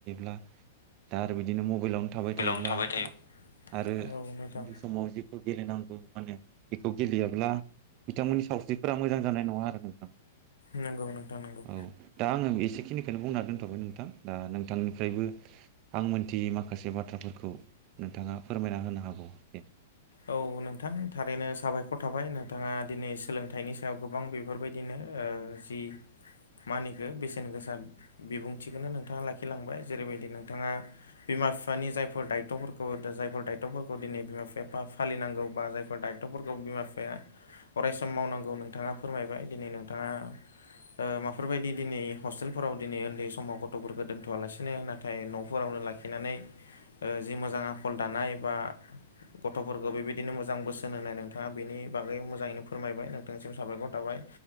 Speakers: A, on the right; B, on the left.
A: ओ दा आरो बिदिनो मबाइलावनो थाबाय
B: हेलौ
A: थायोब्ला
B: थाबाय थायो
A: आरो उन्दै
B: औ नोंथां
A: समाव जि खौ गेलेनांगौ माने बेखौ गेलेयाब्ला बिथांमोननि सावस्रिफोरा मोजां जानाय नङा आरो नोंथां
B: नंगौ नोंथां नंगौ
A: औ दा आङो एसेखिनिखौनो बुंना दोनथ'बाय नोंथां दा नोंथांनिफ्रायबो आं मोनथियै माखा खासे बाथ्राफोरखौ नोंथाङा फोरमायना होनो हागौ दे
B: औ नोंथां थारैनो साबायखर थाबाय नोंथाङा दिनै सोलोंथाइनि सायाव गोबां बेफोरबायदिनो ओ जि मा होनो इखो बेसेन गोसा बिबुंथिखौ नोंथाङा लाखिलांबाय जेरैबायदि नोंथाङा बिमा बिफानि जायफोर दायथ'फोरखौ दा जायफोर दायथ'फोरखौ दिनै बिमा एफा फालिनांगौ बा जायफोर दायथ'फोरखौ बिमा बिफाया अरायसम मावनांगौ नोंथाङा फोरमायबाय दिनै नोंथाङा ओ माफोरबायदि दिनै हस्टेलफोराव दिनै उन्दै समाव गथ'फोरखौ दोनथ'आलासिनो नाथाय न'फोरावनो लाखि नानै ओ जि मोजां आखल दानाय एबा गथ'फोरखौ बेबायदिनो मोजां बोसोन होनाय नोंथाङा बेनि बागै मोजाङैनो फोरमायबाय नोंथांसिम साबायखर थाबाय।